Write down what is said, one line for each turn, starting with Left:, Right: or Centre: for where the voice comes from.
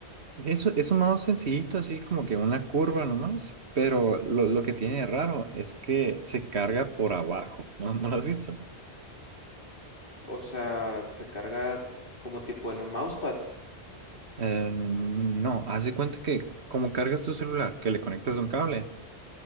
Right: Eso es un modo sencillito, así como que una curva nomás, pero lo, lo que tiene de raro es que se carga por abajo, ¿no? ¿No lo has visto?
Left: O sea, se carga como tipo en un mousepad.
Right: Eh, no, haz de cuenta que como cargas tu celular, que le conectas un cable,